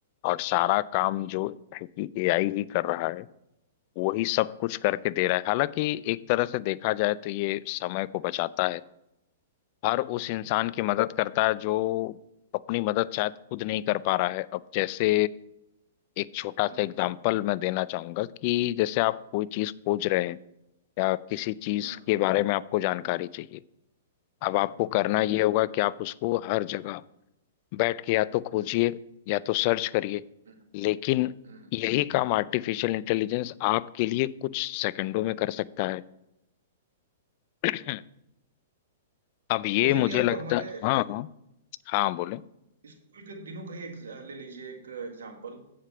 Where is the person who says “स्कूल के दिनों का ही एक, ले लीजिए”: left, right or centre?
Right